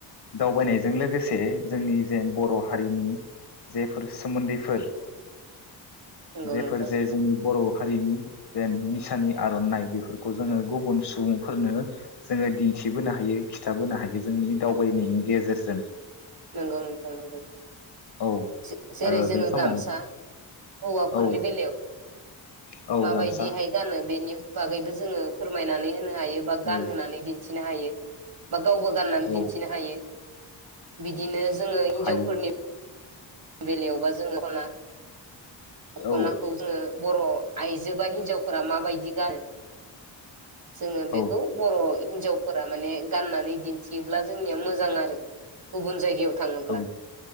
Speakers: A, on the left; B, on the right.
A: दावबायनायजों लोगोसे जोंनि जे बर हारिनि जेफोर सोमोन्दैफोर
B: नोंगौ
A: जेफोर
B: नोंथां।
A: जे जोंनि बर हारिनि जेन निसानि आरनाइ बेफोरखौ जोङो गुबुन सुबुंफोरनो जोङो दिन्थिबोनो हायो खिथाबोनो हायो जोंनि दावबायनायनि गेजेरजों।
B: नोंगौ नोंथां नोंगौ
A: औ
B: जे जेरै
A: आरो
B: जोङो
A: बे समाव
B: गामसा हौवाफोरनि
A: औ
B: बेलायाव
A: औ
B: माबायदिहाय
A: गामसा
B: गानो? बेनि बागैबो जोङो फोरमायनानै होनो हायो बा
A: औ
B: गानहोनानै दिन्थि थिनो हायो बा गावबो गाननानै
A: औ
B: दिन्थिनो हायो। बिदिनो जोङो हिनजावफोरनि
A: हायो
B: बेलायावबा जोंङो खना दखनाखौ
A: औ
B: जोंङो बर आइजो बा हिनजावफोरा माबायदि गानो जोङो बेखौ
A: औ
B: बर हिनजावफोरा माने गाननानै दिन्थियोब्ला जोंनिया मोजां आरो गुबुन जायगायाव थाङोब्ला
A: औ